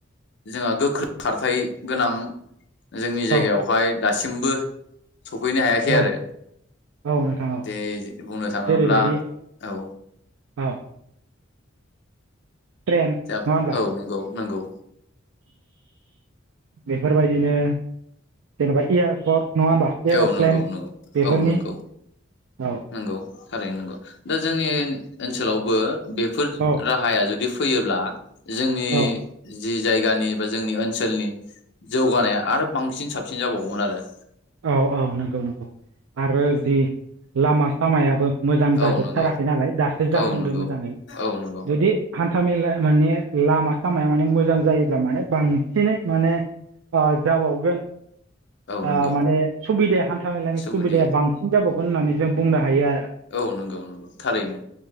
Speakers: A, on the left; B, on the right.
A: जोंहा गोख्रों खारथाय गोनां जोंनि जायगायावहाय
B: औ
A: दासिमबो सफैनो हायाखै
B: औ
A: आरो।
B: औ नोंथां औ
A: दिनै बुंनो थाङोब्ला
B: जेरैबायदि
A: औ
B: औ ट्रेन
A: जा
B: नङा होनब्ला
A: औ नंगौ नंगौ।
B: बेफोरबायदिनो जेनेबा एयारपर्ट नङा होमबा एर'प्लेन
A: औ नंगौ नंगौ
B: बेफोरनि
A: औ नंगौ
B: औ
A: नंगौ थारैनो नंगौ। दा जोंनि ओनसोलावबो बेफोर
B: औ
A: राहाया जुदि फै- फैयोब्ला जोंनि
B: औ
A: जि जायगानि बा जोंनि ओनसोलनि जौगानाया आरो बांसिन साबसिन जाबावगौमोन आरो।
B: औ औ नंगौ नंगौ आरो जि लामा सामायाबो मोजां जाजोबथाराखै
A: औ नंगौ
B: नालाय दासो जाहांदो
A: औ नंगौ
B: मोजाङै।
A: औ नंगौ
B: जुदि तामिल माने लामा-सामाया माने मोजां जायोब्ला माने बांसिनै माने जाबावगोन।
A: औ
B: ओ
A: नंगौ।
B: माने सुबिदाया हान्था मेलानि
A: सुबुदिया
B: सुबिदाया बांसिन जाबावगोन होननानै जों बुंनो हायो आरो।
A: औ नंगौ नंगौ थारैनो।